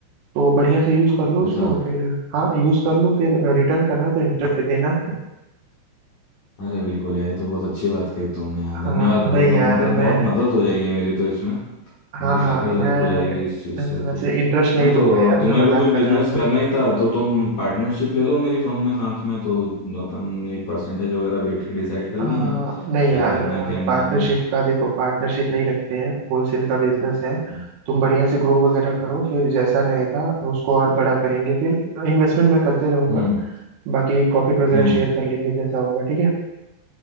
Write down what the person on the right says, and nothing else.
तो बढ़िया से यूज कर लो
उसको फिर हाँ यूज कर लो फिर रिटर्न करना तो इंटरेस्ट दे देना
हाँ
नहीं
यार
मैं
हाँ
हाँ
मैं
अ,
वैसे
इंटरेस्ट नहीं
लूंगा
यार
मैं
मजाक
कर रहा था
अ, नहीं
यार
पार्टनरशिप
का देखो पार्टनरशिप नहीं रखते हैं होलसेल का बिजनेस है
तुम बढ़िया से ग्रो वगैरह करो फिर जैसा रहेगा उसको और बड़ा करेंगे फिर इन्वेस्टमेंट मैं करते रहूंगा
बाकी प्रॉफिट वगैरह
शेयर कर लेंगे जैसा होगा ठीक है